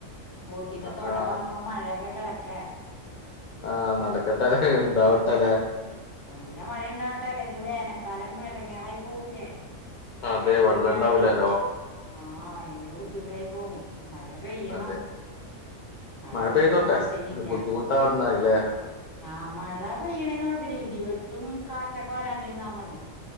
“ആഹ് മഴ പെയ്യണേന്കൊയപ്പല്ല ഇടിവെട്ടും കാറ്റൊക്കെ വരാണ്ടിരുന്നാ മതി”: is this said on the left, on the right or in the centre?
Left